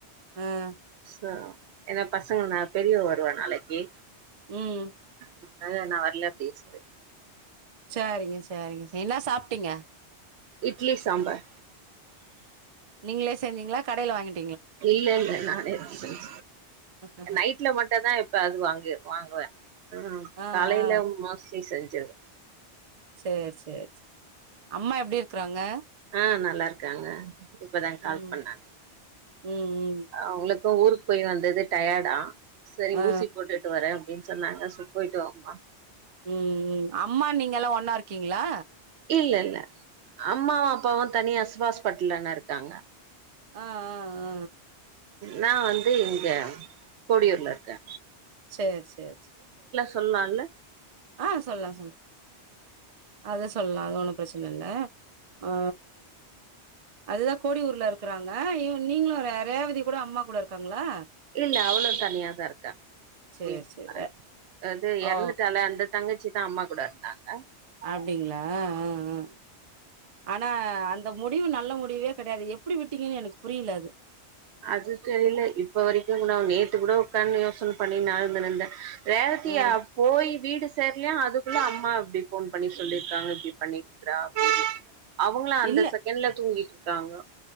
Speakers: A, on the right; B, on the right.
A: ம்
B: ச என்ன பசங்கனா பெரியவ வருவா நாளைக்கி
A: ம்
B: இதுக் முன்னாடே நா வர்ல அப்டி சொல்லிட்டு
A: சரிங்க செரிங்க என்ன சாப்ட்டீங்க
B: இட்லி சாம்பார்
A: நீங்களே செஞ்சீங்களா கடையில வாங்குனி
B: இல்ல இல்ல நானே தா செஞ்ச
A: ஆஹா.
B: நைட்ல மட்டுதா இப்ப அது வாங்க வாங்குவே ம்
A: ஆ
B: காலையில
A: ஆ
B: மோஸ்ட்லி செஞ்சிருவே
A: செர் செர் செரி அம்மா எப்டி இருக்கறாங்க
B: ஆ நல்லா இருக்காங்க இப்பதாங்க கால்
A: ம்
B: பண்ணாங்கா
A: ம் ம்
B: அவுங்களுக் இப்ப ஊருக்கு போய் வந்தது டயர்டா சரி
A: ஆ
B: ஊசி போட்டுட்டு வரே அப்டின் சொன்னாங்க செர் போயிட்டுவாம்மா
A: ம் ம் அம்மா நீங்க எல்லா ஒன்னா இருக்கீங்களா
B: இல்ல இல்ல அம்மாவு அப்பாவு தனியா சிவா ஹாஸ்பட்டல்லன இருக்காங்க
A: ஆ ஆ ஆ
B: நா வந்து இங்கே பொடியூர்ல இருக்கே
A: செரி செ செ
B: சொல்லயில்ல
A: ஆ சொல்லா சொல்ல அது சொல்லலா அது ஒண்ணு ப்ரச் சனா இல்ல ஆ அதுதா கோடி ஊர்ல இருக்கறாங்க இ நீங்களு ரே ரேவதி கூட அம்மா கூட இருக்காங்களா
B: இல்ல அவுளு தனியாதா இருக்கா
A: சேர்
B: ம்
A: சேரி
B: அது அது
A: ஓ
B: எறந்துட்டால அந்த தங்கச்சி தா அம்மா கூட இருந்தாங்க
A: அப்டிங்களா ம் ம் ஆனா அந்த முடிவு நல்ல மு டிவே கெடையாது எப்டி விட்டீங்கன்னு எனக்கு புரியல அது
B: அது தெரியில இப்ப வரைக்கு <inaudible> கூட நேத்து கூட உக்காந்து யோசனை பண்ணி நா கெடந்தே ரேவதியா
A: ஆ
B: போய் வீடு சேர்லையா அதுக்குள்ள அம்மா இப்டி ஃபோன் பண்ணி சொல்லிருக்காங்க இப்டி பண்ணிட்டு இருக்கறா அப்பின்னு அவுங்கள அந்த
A: இல்ல
B: செகண்ட்ல தூங்கிட்டு இருக்காங்க